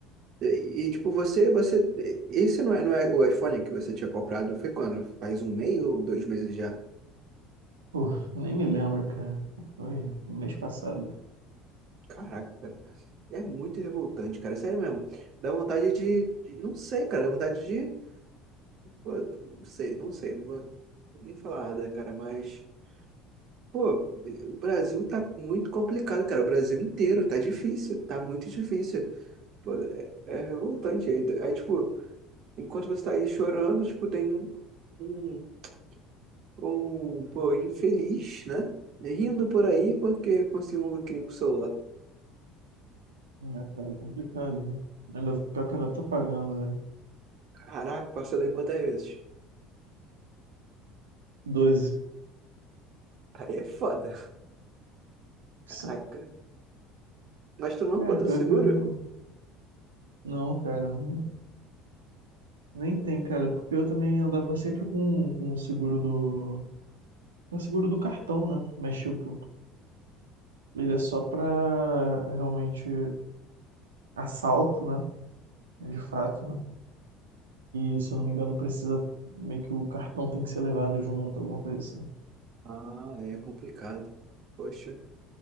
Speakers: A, on the right (about 50°); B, on the right (about 75°).
A: e, e, tipo, você, você, esse não é, não é o iPhone que você tinha comprado? Foi quando? Faz um mês ou dois meses já?
B: Pô, nem me lembro, cara. Foi mês passado.
A: Caraca, cara. É muito revoltante, cara. Sério mesmo. Dá vontade de, de- não sei, cara. Dá vontade de, pô, não sei, não sei. Não vou nem falar nada, cara, mas. Pô, o Brasil tá muito complicado, cara. O Brasil inteiro tá difícil, tá muito difícil. Pô, é, é revoltante. Aí, aí, tipo, enquanto você tá aí chorando, tipo, tem um, um, um, pô, infeliz, né? Rindo por aí porque conseguiu um lucrinho com o celular.
B: É, cara, é complicado. né? Ainda, pior que eu ainda tô pagando, né?
A: Caraca, passou daí quantas vezes?
B: <laughs> 12.
A: Aí é foda.
B: Sim.
A: Caraca. Mas tu não
B: Cara,
A: botou
B: pior
A: seguro?
B: que eu... Não, cara, nem, nem tem, cara, porque eu também andava sempre com, com o seguro do... com o seguro do cartão, né? Mas, tipo, ele é só pra realmente assalto, né? de fato. né? E se eu não me engano, precisa meio que o cartão tem que ser levado junto, alguma coisa assim.
A: Ah, aí é complicado. Poxa,